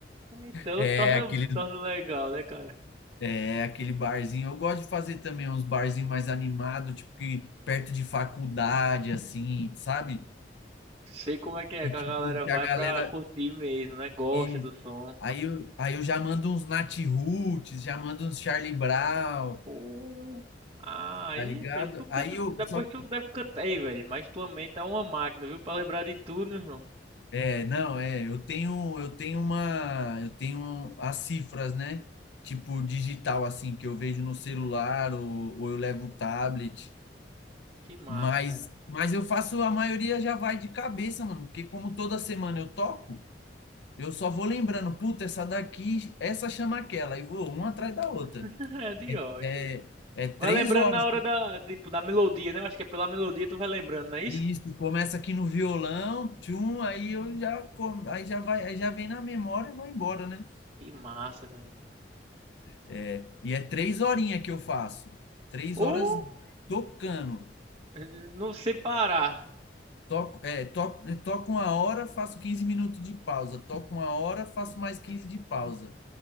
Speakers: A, on the right; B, on the left.
A: Então
B: É,
A: torna,
B: aquele.
A: torna legal, né, cara?
B: É aquele barzinho. Eu gosto de fazer também uns barzinhos mais animados, tipo que perto de faculdade, assim, sabe?
A: Sei como é que é,
B: Que
A: que a
B: tipo,
A: galera
B: que
A: vai
B: a
A: pra
B: galera.
A: curtir mesmo, né? Gosta
B: E
A: do som.
B: aí eu, aí eu já mando uns Nat Roots, já mando uns Charlie Brown,
A: Pô, ah, aí,
B: tá ligado?
A: fez, tu canta,
B: Aí eu.
A: depois
B: Só
A: tu deve cantar, aí velho, mas tua mente é uma máquina, viu? Pra lembrar de tudo, meu irmão.
B: É, não, é, eu tenho, eu tenho uma, eu tenho as cifras, né? Tipo digital assim que eu vejo no celular ou, ou eu levo o tablet,
A: Que massa,
B: mas
A: cara.
B: mas eu faço a maioria já vai de cabeça, mano, porque como toda semana eu toco, eu só vou lembrando, puta, essa daqui, essa chama aquela e vou uma atrás da outra.
A: <laughs> É de
B: É,
A: ótimo, velho.
B: é, é três
A: Vai lembrando
B: horas.
A: na hora da, tipo, da melodia, né? Eu acho que é pela melodia tu vai lembrando, não é isso?
B: E Isso, começa aqui no violão, tchum, aí eu já, com- aí já vai, aí já vem na memória e vai embora, né?
A: Que massa, velho.
B: É, e é três horinhas que eu faço. Três
A: Ou
B: horas tocando.
A: <laughs> não sei parar.
B: Toco, é, to- é, toco uma hora, faço 15 minutos de pausa. Toco uma hora, faço mais 15 de pausa.